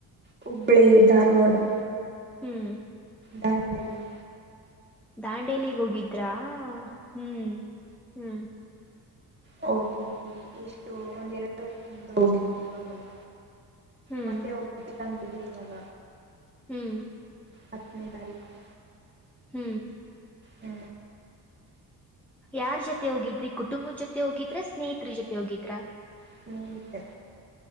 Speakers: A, on the right; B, in the centre.
A: ಹುಬ್ಬಳ್ಳಿ ಧಾರವಾಡು
B: ಹ್ಮ್
A: ದಾಂಡೇಲಿ.
B: ದಾಂಡೇಲಿಗ್ ಹೋಗಿದ್ರಾ ಹ್ಮ್ ಹ್ಮ್
A: ಹೋಗಿದ್ವಿ ಎಷ್ಟು ಒಂದ್ ಎರಡು ವರ್ಷದಿಂದ ಹೋಗಿದ್ವಿ ಇವಾಗಲ್ಲ.
B: ಹ್ಮ್
A: ಮತ್ತೆ ಹೋಗ್ಬೇಕಂತಿದ್ವಿ ಇವಾಗ.
B: ಹ್ಮ್
A: ಹತ್ತನೇ ತಾರೀಖು.
B: ಹ್ಮ್
A: ಹ್ಮ್
B: ಯಾರ್ ಜೊತೆ ಹೋಗಿದ್ರಿ ಕುಟುಂಬದ ಜೊತೆ ಹೋಗಿದ್ರ, ಸ್ನೇಹಿತರ ಜೊತೆ ಹೋಗಿದ್ರ?
A: ಸ್ನೇಹಿತ್ರು.